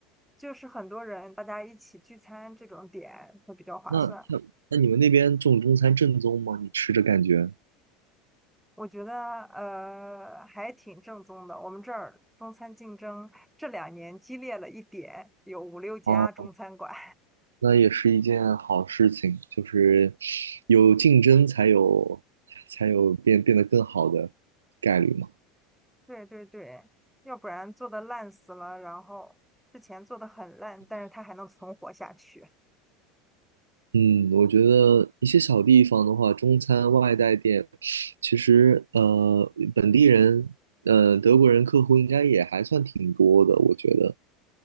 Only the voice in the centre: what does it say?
就是很多人大家一起聚餐这种点会比较划算，
我觉得呃还挺正宗的。我们这儿中餐竞争这两年激烈了一点，有五六家中餐馆。
对对对，要不然做的烂死了，然后之前做的很烂，但是它还能存活下去。